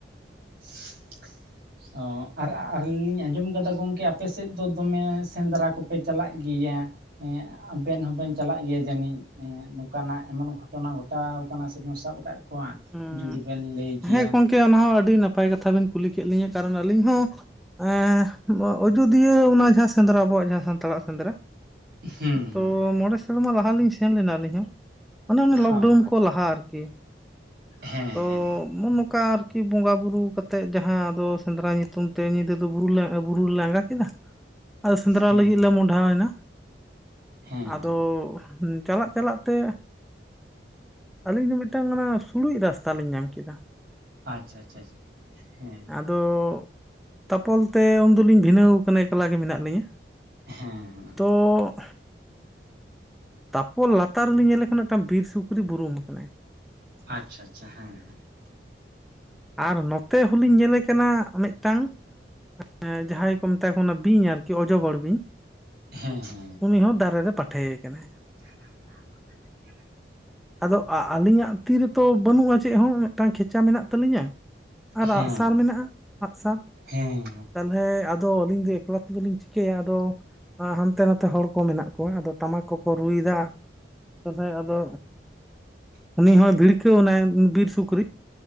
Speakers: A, on the right; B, in the centre.
A: ᱾ ᱚᱸ ᱟᱨ ᱟᱨ ᱞᱤᱧ ᱟᱸᱡᱚᱢ ᱠᱟᱫᱟ ᱜᱚᱢᱠᱮ ᱟᱯᱮ ᱥᱮᱫ ᱫᱚ ᱫᱚᱢᱮ ᱥᱮᱸᱫᱽᱨᱟ ᱠᱚᱯᱮ ᱪᱟᱞᱟᱜ ᱜᱮᱭᱟ? ᱦᱮᱸ ᱟ ᱟᱵᱮᱱ ᱦᱚᱸᱵᱮᱱ ᱪᱟᱞᱟᱜ ᱜᱮᱭᱟ ᱡᱟᱱᱤᱡ ᱮᱸ ᱱᱚᱠᱟᱱᱟᱜ ᱮᱢᱚᱱ ᱜᱷᱚᱴᱚᱱᱟ ᱜᱷᱚᱴᱟᱣ ᱠᱟᱱᱟ ᱥᱮ ᱵᱮᱱ ᱥᱟᱵ ᱠᱟᱜ ᱠᱚᱣᱟ
B: ᱩᱸ
A: ᱡᱩᱫᱤ ᱵᱮᱱ ᱞᱟᱹᱭ ᱠᱮᱭᱟ
B: ᱦᱮᱸ ᱜᱚᱝᱠᱮ ᱚᱱᱟ ᱦᱚᱸ ᱟᱹᱰᱤ ᱱᱟᱯᱟᱭ ᱠᱟᱛᱷᱟ ᱵᱮᱱ ᱠᱩᱞᱤ ᱠᱮᱫ ᱞᱤᱧᱟᱹ ᱠᱟᱨᱚᱱ ᱟᱹᱞᱤᱧ ᱦᱚᱸ ᱮᱸ ᱵᱚᱸ‌ ᱟ ᱡᱚᱫᱤᱭᱟᱹ ᱚᱱᱟ ᱡᱟᱦᱟᱸ ᱥᱮᱸᱫᱽᱨᱟ ᱟᱵᱚᱣᱟᱜ ᱡᱟᱦᱟ ᱥᱟᱱᱛᱟᱲᱟᱜ ᱥᱮᱸᱫᱽᱨᱟ
A: ᱦᱩᱸ ᱦᱩᱸ
B: ᱛᱚ ᱢᱚᱬᱮ ᱥᱮᱨᱢᱟ ᱞᱟᱦᱟ ᱞᱤᱧ ᱥᱮᱱ ᱞᱮᱱᱟ ᱟᱹᱞᱤᱧ ᱦᱚᱸ᱾ ᱚᱱᱮ ᱚᱱᱟ ᱞᱚᱠᱰᱟᱣᱩᱱ
A: ᱚ ᱟᱪᱪᱷᱟ
B: ᱠᱚ ᱞᱟᱦᱟ ᱟᱨᱠᱤ
A: ᱦᱮᱸ
B: ᱛᱚ
A: ᱦᱮᱸ
B: ᱢᱩᱼᱢᱚᱠᱟ ᱟᱨᱠᱤ ᱵᱚᱸᱜᱟ ᱵᱩᱨᱩ ᱠᱟᱛᱮᱫ ᱡᱟᱦᱟᱸ ᱫᱚ ᱥᱮᱸᱫᱽᱨᱟ ᱧᱩᱛᱩᱢ ᱛᱮ ᱧᱤᱫᱟᱹ ᱫᱚ ᱵᱩᱨᱩ ᱞᱮ ᱵᱩᱨᱩ ᱞᱮ ᱟᱸᱜᱟ ᱠᱮᱫᱟ, ᱟᱫᱚ ᱥᱮᱸᱫᱽᱨᱟ
A: ᱦᱮᱸ
B: ᱞᱟᱹᱜᱤᱫ ᱞᱮ ᱢᱚᱦᱰᱟᱣᱮᱱᱟ
A: ᱦᱮᱸ
B: ᱟᱫᱚ
A: ᱦᱮᱸ
B: ᱩᱸ ᱪᱟᱞᱟᱜ ᱪᱟᱞᱟᱜ ᱛᱮ ᱟᱹᱞᱤᱧ ᱫᱚ ᱢᱤᱫᱴᱟᱝ ᱚᱱᱟ ᱥᱲᱩᱡᱽ ᱨᱟᱥᱛᱟ ᱞᱤᱧ ᱧᱟᱢ ᱠᱮᱫᱟ᱾
A: ᱟᱪᱪᱷᱟ ᱟᱪᱪᱷᱟ ᱦᱮᱸ
B: ᱳᱻ ᱛᱟᱯᱚᱞ ᱛᱮ ᱩᱱ ᱫᱩᱞᱤᱧ ᱵᱷᱤᱱᱟᱹᱣ ᱟᱠᱟᱱᱟ ᱮᱠᱞᱟ ᱜᱮ ᱢᱮᱱᱟᱜ ᱞᱤᱧᱟᱹ
A: ᱦᱮᱸ ᱦᱮᱸ
B: ᱛᱚᱻ ᱛᱟᱯᱚᱞ ᱞᱟᱛᱟᱨ ᱨᱮᱞᱤᱧ ᱧᱮᱞᱮ ᱠᱟᱱᱟ ᱢᱤᱫ ᱴᱟᱝ ᱵᱤᱨ ᱥᱩᱠᱨᱤ ᱵᱩᱨᱩᱢ ᱟᱠᱟᱱᱟᱭ,
A: ᱟᱪᱪᱷᱟ ᱟᱪᱪᱷᱟ ᱦᱮᱸ,
B: ᱟᱨ ᱱᱚᱛᱮ ᱦᱚᱞᱤᱧ ᱧᱮᱞᱮ ᱠᱟᱱᱟ ᱢᱤᱫ ᱴᱟᱝ, ᱮᱸ ᱡᱟᱦᱟᱸᱭ ᱠᱚ ᱢᱮᱛᱟ ᱠᱚ ᱚᱱᱟ ᱵᱤᱧ ᱟᱨᱠᱤ ᱚᱡᱚᱜᱚᱨ ᱵᱤᱧ,
A: ᱦᱮᱸ ᱦᱮᱸ
B: ᱩᱱᱤ ᱦᱚᱸ ᱫᱟᱨᱮ ᱨᱮ ᱯᱟᱴᱷᱮ ᱟᱠᱟᱱᱟᱭ,
A: <inaudible>
B: ᱟᱫᱚ ᱟ ᱟᱹᱞᱤᱧ ᱟᱜ ᱛᱤ ᱨᱮᱛᱚ ᱵᱟᱹᱱᱩᱜᱼᱟ ᱪᱮᱫ ᱦᱚᱸ ᱢᱤᱫ ᱴᱟᱝ ᱠᱷᱮᱪᱟ ᱢᱮᱱᱟᱜ ᱛᱟᱞᱤᱧᱟ, ᱟᱨ
A: ᱦᱮᱸ
B: ᱟᱸᱜᱼᱥᱟᱨ ᱢᱮᱱᱟᱜᱼᱟ ᱟᱸᱜᱼᱥᱟᱨ
A: ᱦᱮᱸ
B: ᱛᱟᱞᱦᱮ ᱟᱨ ᱟᱫᱚ ᱟᱹᱞᱤᱧ ᱫᱚ ᱮᱠᱞᱟ ᱛᱮᱜᱮ ᱞᱤᱧ ᱪᱤᱠᱟᱹᱭᱟ ᱟᱫᱚ ᱟᱸ ᱦᱟᱱᱛᱮ ᱱᱟᱛᱮ ᱦᱚᱲ ᱠᱚ ᱢᱮᱱᱟᱜ ᱠᱚᱣᱟ ᱟᱫᱚ ᱴᱟᱢᱟᱠ ᱠᱚ, ᱠᱚ ᱨᱩᱭ ᱫᱟ ᱛᱟᱦᱞᱮ ᱟᱫᱚ ᱩᱱᱤ ᱦᱚᱸ ᱵᱷᱤᱲ, ᱠᱷᱮᱣ ᱚᱱᱟ ᱵᱤᱨ ᱥᱩᱠᱨᱤ,